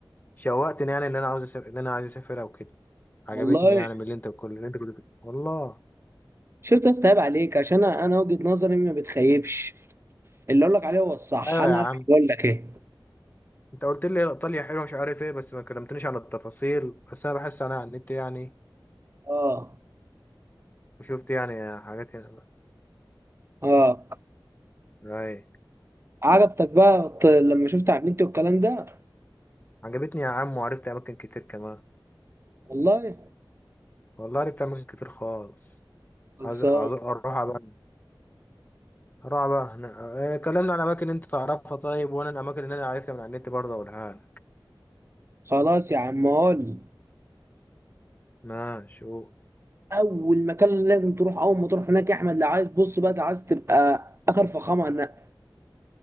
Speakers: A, on the left; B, on the right.
A: شوقتني يعني اللي انا عاوز اسافر اللي انا عايز اسافرها وكده عجبتني
B: والله
A: يعني من اللي انت كل اللي انت كنت بت- والله
B: شفت استهاب عليك عشان انا أنا وجهة نظري ما بتخيبش اللي اقول لك عليه هو الصح
A: ايوه
B: انا
A: يا
B: عارف
A: عم
B: بقول لك ايه
A: انت قلت لي ايطاليا حلوه مش عارف ايه بس ما كلمتنيش عن التفاصيل بس انا بحس انا على النت يعني
B: اه
A: وشفت يعني حاجات هنا
B: اه
A: ايوه
B: عجبتك بقى الط- لما شفت على النت والكلام ده
A: عجبتني يا عم وعرفت اماكن كتير كمان
B: والله
A: والله عرفت اماكن كتير خالص
B: خلصان
A: عايز عايز اروحها بقى اروحها بقى هنا آه، كلمنا عن اماكن انت تعرفها طيب وانا الاماكن اللي انا عرفتها من على النت برضه اقولها لك
B: خلاص يا عم قول
A: ماشي قول
B: اول مكان لازم تروح اول ما تروح هناك يا احمد لو عايز بص بقى لو عايز تبقى اخر فخامه انا